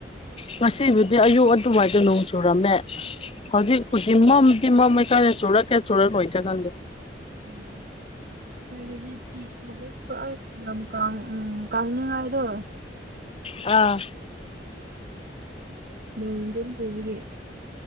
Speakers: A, on the left; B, on the right.
A: ꯉꯁꯤꯕꯨꯗꯤ ꯑꯌꯨꯛ ꯑꯗꯨꯋꯥꯏꯗ ꯅꯣꯡ ꯆꯨꯔꯝꯃꯦ ꯍꯧꯖꯤꯛꯄꯨꯗꯤ
B: ꯎꯝ
A: ꯃꯝ ꯃꯝꯃꯦ ꯀꯟꯅ ꯆꯨꯔꯀꯦ ꯆꯨꯔꯛꯑꯣꯏꯗꯔ ꯈꯪꯗꯦ
B: <unintelligible> <unintelligible>
A: ꯑꯥ
B: ꯅꯣꯡ ꯑꯗꯨꯝ ꯆꯨꯕꯒꯤ